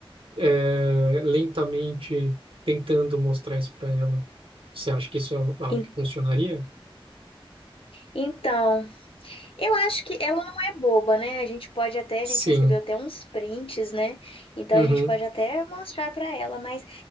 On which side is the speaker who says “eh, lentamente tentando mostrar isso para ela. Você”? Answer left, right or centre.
Right